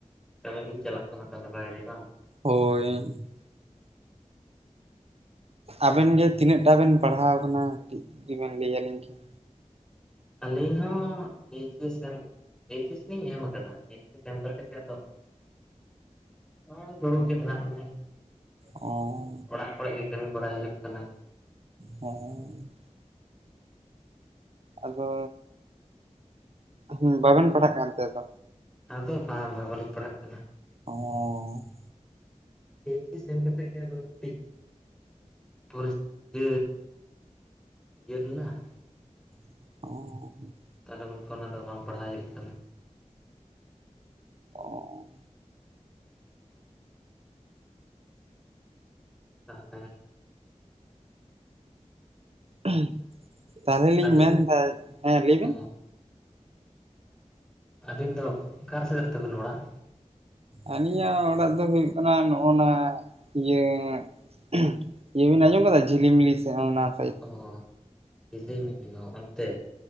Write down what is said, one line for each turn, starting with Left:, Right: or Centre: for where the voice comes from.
Centre: ᱠᱟᱹᱢᱤ ᱵᱤᱱ ᱪᱟᱞᱟᱜ ᱠᱟᱱᱟ ᱛᱟᱞᱦᱮ ᱵᱟᱭᱨᱮ ᱵᱟᱝ?
Right: ᱦᱳ, ᱦᱳᱭ ᱮᱱ, ᱟᱵᱮᱱ ᱜᱮ ᱛᱤᱱᱟᱹᱜᱴᱟ ᱵᱮᱱ ᱯᱟᱲᱦᱟᱣ ᱠᱟᱱᱟ ᱠᱟᱹᱴᱤᱡ ᱡᱩᱫᱤ ᱵᱮᱱ ᱞᱟᱹᱭ ᱟᱹᱞᱤᱧ ᱠᱮᱭᱟ?
Centre: ᱟᱹᱞᱤᱧ ᱦᱚᱸ H S M H S ᱞᱤᱧ ᱮᱢ ᱟᱠᱟᱫᱟ ᱮᱭᱤᱪ ᱮᱥ ᱮᱢ ᱠᱟᱛᱮ ᱜᱮ ᱟᱫᱚ ᱦᱚᱜᱼᱚᱭ ᱫᱩᱲᱩᱵ ᱜᱮ ᱢᱮᱱᱟᱜ ᱞᱤᱧᱟ ᱾
Right: ᱚᱻ
Centre: ᱚᱲᱟᱜ ᱠᱚᱨᱮ ᱜᱮ ᱠᱟᱹᱢᱤ ᱵᱟᱲᱟ ᱦᱩᱭᱩᱜ ᱠᱟᱱᱟ ᱾
Right: ᱦᱚᱸᱻ ᱟᱫᱚ ᱦᱩᱸ ᱵᱟᱵᱮᱱ ᱯᱟᱲᱦᱟᱜ ᱠᱟᱱᱛᱮ ᱟᱫᱚ?
Centre: ᱟᱫᱚ ᱵᱟᱝ ᱵᱟ ᱵᱟᱞᱤᱧ ᱯᱟᱲᱦᱟᱜ ᱠᱟᱱᱟ ᱾
Right: ᱚᱻ
Centre: ᱮᱭᱤᱪ ᱮᱥ ᱮᱢ ᱠᱟᱛᱮ ᱜᱮ ᱟᱫᱚ ᱴᱤᱡ ᱯᱚᱨᱤᱥ <inaudible> ᱤᱭᱟᱹ ᱞᱮᱱᱟ ᱾
Right: <inaudible>
Centre: ᱛᱟᱞᱮ ᱩᱱ ᱠᱷᱚᱱ ᱟᱫᱚ ᱵᱟᱝ ᱯᱟᱲᱦᱟᱣ ᱦᱩᱭᱩᱜ ᱠᱟᱱᱟ ᱾
Right: ᱚᱻ
Centre: ᱛᱟᱛᱮ,
Right: <inaudible> ᱛᱟᱦᱞᱮ ᱞᱤᱧ
Centre: ᱟᱹᱵᱤᱱ
Right: ᱢᱮᱱᱫᱟ ᱦᱮᱸ ᱞᱟᱹᱭ
Centre: ᱚ
Right: ᱵᱤᱱ?
Centre: ᱟᱹᱵᱤᱱ ᱫᱚ ᱠᱟᱨ ᱥᱮᱫ ᱛᱟᱵᱮᱱ ᱚᱲᱟᱜ?
Right: ᱟᱹᱞᱤᱧᱟᱜ ᱚᱲᱟᱜ ᱫᱚ ᱦᱩᱭᱩᱜ ᱠᱟᱱᱟ ᱱᱚᱜᱼᱚ ᱱᱟ ᱤᱭᱟᱹ <inaudible> ᱤᱭᱟᱹ ᱵᱤᱱ ᱟᱸᱡᱚᱢ ᱠᱟᱫᱟ ᱡᱷᱤᱞᱤᱢᱤᱞᱤ ᱥᱮᱫ ᱚᱱᱟ ᱥᱟᱭᱤᱰ ᱾
Centre: ᱚ ᱡᱷᱤᱞᱤᱢᱤᱞᱤ ᱦᱚᱸ ᱚᱱᱛᱮ